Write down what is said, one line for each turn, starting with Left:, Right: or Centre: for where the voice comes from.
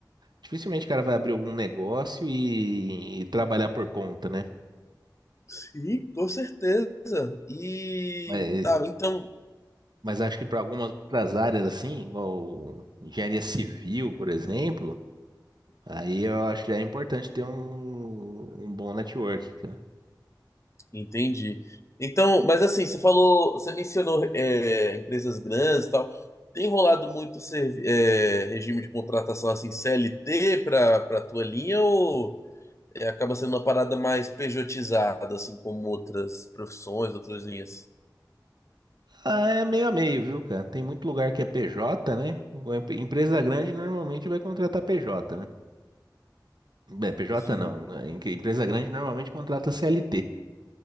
Right: Dificilmente o cara vai abrir algum negócio e, e trabalhar por conta, né?
Left: Sim, com certeza. E.
Right: Mas,
Left: Tá, então.
Right: mas acho que para algumas outras áreas, assim, igual engenharia civil, por exemplo, aí eu acho que já é importante ter um, um bom network, cara.
Left: Entendi. Então, mas assim, você falou, você mencionou é, empresas grandes e tal. Tem rolado muito servi- é, regime de contratação assim CLT para para tua linha ou é, acaba sendo uma parada mais pejotizada assim como outras profissões, outras linhas?
Right: Ah, é meio a meio, viu, cara? Tem muito lugar que é PJ, né? Igual em- Empresa grande normalmente vai contratar PJ, né? Bem, PJ
Left: Sim.
Right: não, né? Em- que- Empresa grande normalmente contrata CLT.